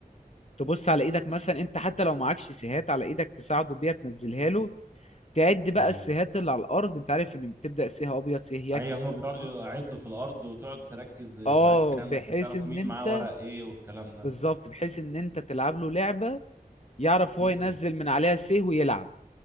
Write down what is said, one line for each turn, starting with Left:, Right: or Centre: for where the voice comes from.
Left: تبص على ايدك مثلا انت حتى لو معكش سيهات على ايدك تساعده بيها تنزلها له تعد بقى
Right: ايوه
Left: السيهات اللي على الارض انت عارف ان بتبدأ سيه ابيض سيه
Right: ايوه
Left: يك سيه
Right: هما بيقعدوا
Left: بلو.
Right: يعدوا في الارض وتقعد تركز معاك
Left: اه
Right: كام
Left: بحيث
Right: عشان تعرف
Left: ان
Right: مين
Left: انت
Right: معاه ورق ايه والكلام ده
Left: بالظبط بحيث ان انت تلعب له لعبه يعرف
Right: يفتح
Left: هو ينزل من عليها سيه ويلعب